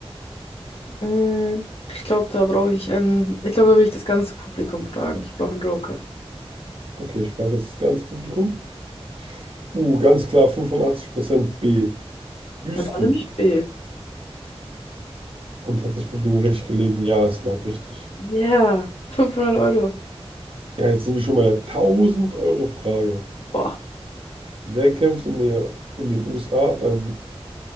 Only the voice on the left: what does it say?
Mm, Ich glaube, da brauche ich einen. Ich glaube, da will ich das ganze Publikum fragen. Ich brauche einen Joker.
Mit allem ich B.
Yeah, 500 Euro.
Boah.